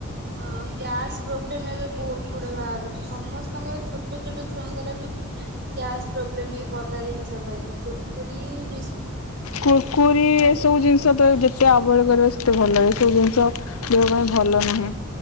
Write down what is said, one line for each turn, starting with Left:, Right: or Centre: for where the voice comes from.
Right: ହଁ ଗ୍ୟାସ ପ୍ରୋବ୍ଲେମ ଏବେ ବହୁତ ଗୁଡା ବାହାରୁଛି ସମସ୍ତଙ୍କର ଛୋଟ ଛୋଟ ଛୁଆଙ୍କର ବି ଗ୍ୟାସ ପ୍ରୋବ୍ଲେମ ଏଇ ପଦା ଜିନିଷ ଖାଇକି କୁରକୁରି ଵି
Left: କୁରକୁରି ଏସବୁ ଜିନିଷ ତ ଯେତେ ଆ ଭେଟ କରିବା ସେତେ ଭଲ ଲାଗେ ସବୁ ଜିନିଷ ଦେହ ପାଇଁ ଭଲ ନୁହେଁ।